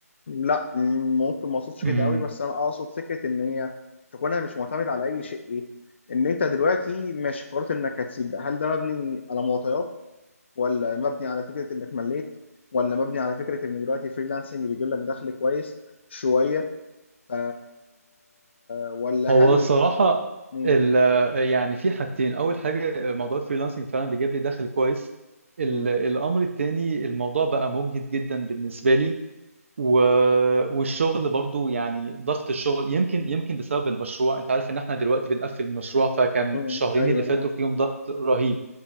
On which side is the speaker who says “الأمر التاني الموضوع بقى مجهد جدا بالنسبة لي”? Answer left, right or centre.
Right